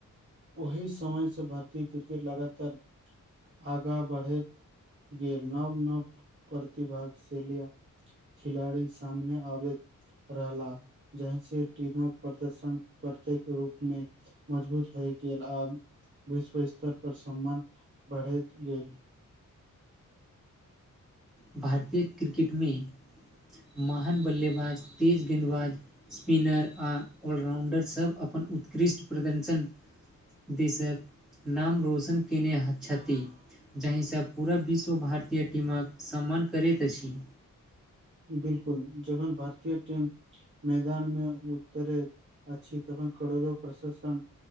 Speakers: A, on the right; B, in the centre.
A: ओहि समय से भारतीय क्रिकेट लगातार आगा बढ़ैत गेल नव नव प्रतिभाक सेेलिया खिलाड़ी सामने आबैत रहला जहिस टीमक प्रदर्शन प्रत्येक रूपमे मजबूत होय गेल आब विश्व स्तर पर सम्मान बढ़ैत गेल
B: भारतीय क्रिकेट में महान बल्लेबाज तेज गेदबाज स्पिनर आ ऑलराउं्डर सभ अपन उत्कृष्ट प्रदर्शन दिशक नाम रौशन कयने छथि जाहिसँ पूरा विश्व भारतीय टीमक सम्मान करैत अछि
A: बिलकुल जखन भारतीय टीम मैदान मे उतरे अछि तखन करोरो प्रशासन